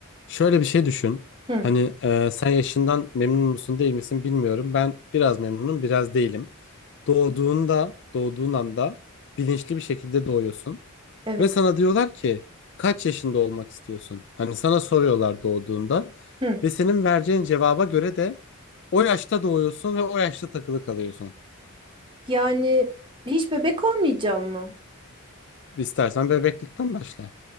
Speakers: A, on the left; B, on the right.
A: Şöyle bir şey düşün.
B: Hı,
A: Hani e, sen yaşından memnun musun değil misin bilmiyorum. Ben biraz memnunum, biraz değilim. Doğduğunda, doğduğun anda bilinçli bir şekilde doğuyorsun.
B: evet.
A: Ve sana diyorlar ki kaç yaşında olmak istiyorsun? Hani sana soruyorlar doğduğunda.
B: Hı.
A: Ve senin vereceğin cevaba göre de o yaşta doğuyorsun ve o yaşta takılı kalıyorsun.
B: Yani hiç bebek olmayacağım mı?
A: İstersen bebeklikten başla.